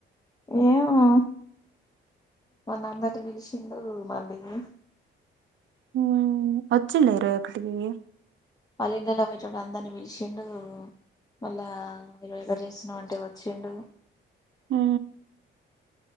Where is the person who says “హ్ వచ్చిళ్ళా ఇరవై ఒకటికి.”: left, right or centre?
Right